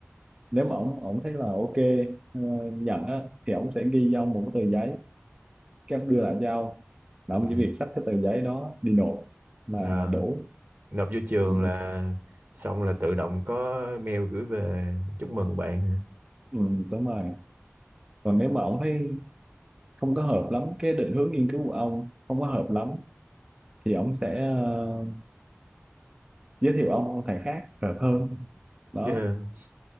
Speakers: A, on the right (about 20°); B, on the right (about 50°).
A: nếu mà ổng ổng thấy là ok ờ, nhận á thì ổng sẽ ghi trong một cái tờ giấy cái ông đưa lại cho ông là ông
B: ừ
A: chỉ việc xách cái tờ giấy đó đi nộp là
B: ờ
A: đủ
B: nộp vô trường
A: ừ,
B: là xong là tự động có mail gửi về chúc mừng bạn
A: ừ, đúng rồi còn nếu mà ông thấy không có hợp lắm cái định hướng nghiên cứu của ông không có hợp lắm thì ông sẽ ờ, giới thiệu ông thầy khác hợp hơn đó
B: ừ